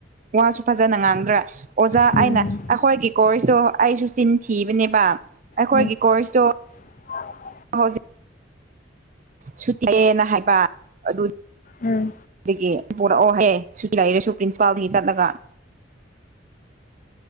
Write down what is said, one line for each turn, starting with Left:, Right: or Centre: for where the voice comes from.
Right: ꯋꯥꯁꯨ ꯐꯖꯅ ꯉꯥꯡꯗ꯭ꯔ ꯑꯣꯖꯥ
Left: ꯎꯝ
Right: ꯑꯩꯅ ꯑꯈꯣꯏꯒꯤ ꯀꯣꯔꯁꯇꯣ ꯑꯩꯁꯨ ꯆꯤꯟ ꯊꯤꯕꯅꯦꯕ ꯑꯩꯈꯣꯏꯒꯤ
Left: ꯎꯝ
Right: ꯀꯣꯔꯁꯇꯣ
Left: <inaudible>
Right: ꯑꯥ ꯍꯧꯖꯤꯛ ꯁꯨꯇꯤꯑꯦꯅ ꯍꯥꯏꯕ ꯑꯗꯨ
Left: ꯎꯝ
Right: ꯗꯒꯤ ꯄꯨꯔꯛꯑꯣ ꯍꯥꯢꯌꯦ ꯁꯨꯇꯤ ꯂꯩꯔꯁꯨ ꯄ꯭ꯔꯤꯟꯁꯤꯄꯥꯜꯗꯒꯤ ꯆꯠꯂꯒ